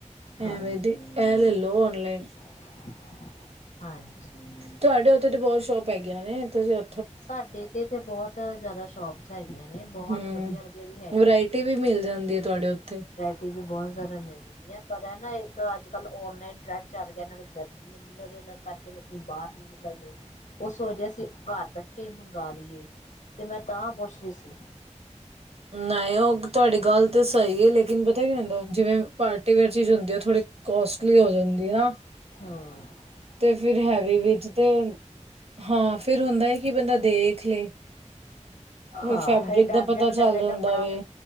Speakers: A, on the left; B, on the right.
A: ਹਾਂਜੀ
B: ਐਵੇ ਦੀ, ਇਹ ਲੇਲੋ ਔਨਲਾਈਨ।
A: ਹਾਂਜੀ।
B: ਤੁਹਾਡੇ ਉੱਥੇ ਤੇ ਬਹੁਤ ਸ਼ੋਪ ਹੈਗੀਆਂ ਨੇ। ਤੁਸੀਂ ਉ
A: ਸਾਡੇ ਤੇ-ਤੇ ਬਹੁਤ ਜ਼ਿਆਦਾ ਸ਼ੋਪਸ ਹੈਗੀਆਂ ਨੇ। ਬਹੁਤ
B: ਹਮ
A: ਵਧੀਆ-ਵਧੀਆ ਵੀ ਹੈਗ
B: ਵਰਾਇਟੀ ਵੀ ਮਿਲ ਜਾਂਦੀ ਏ ਤੁਆਡੇ ਉੱਥੇ।
A: ਟੀ ਵੀ ਬਹੁਤ ਜ਼ਿਆਦਾ ਮਿਲ ਜਾਂਦੀ ਐ। ਪਰ ਐ ਨਾ ਇੱਕ ਅੱਜ-ਕੱਲ੍ਹ ਔਨਲਾਈਨ ਟਰੈਂਡ ਚੱਲ ਗਿਆ। ਨਾਲ਼ੇ ਗਰਮੀ ਗਿੱਲੇ ਜੇ ਕਰਕੇ ਲੋਕੀਂ ਬਾਹਰ ਨੀ ਨਿਕਲਦੇ। ਉਹ ਸੋਚਦੇ ਅਸੀਂ ਘਰ ਬੈ ਕਿ ਮੰਗਾ ਲੀਏ ਤੇ ਮੈਂ ਤਾਂ ਪੁੱਛਦੀ ਸੀ।
B: ਨ‌ਏ, ਉਹ ਤੁਆਡੀ ਗੱਲ ਤੇ ਸਹੀ ਐ। ਲੇਕਿਨ ਪਤਾ ਕੀ ਹੁੰਦਾ ਜਿਵੇਂ ਪਾਰਟੀਵੇੇਅਰ ਚੀਜ਼ ਹੁੰਦੀ। ਉਹ ਥੋੜ੍ਹੀ ਕੋਸਟਲੀ ਹੋ ਜਾਂਦੀ ਆ।
A: ਹਾਂ।
B: ਤੇ ਫਿਰ ਹੈਵੀ ਵਿੱਚ ਤੇ। ਹਾਂ, ਫਿਰ ਹੁੰਦੈਂ ਕਿ ਬੰਦਾ ਦੇਖ ਲੇ। ਫਿਰ
A: ਹਾਂ,
B: ਫੈਬਰਿਕ
A: ਫੇਰ ਡਰ
B: ਦਾ
A: ਜਿਹਾ
B: ਪਤਾ
A: ਵੀ
B: ਚੱਲ
A: ਲੱਗਦਾ।
B: ਜਾਂਦਾ
A: ਕੱਪੜਾ
B: ਵੇ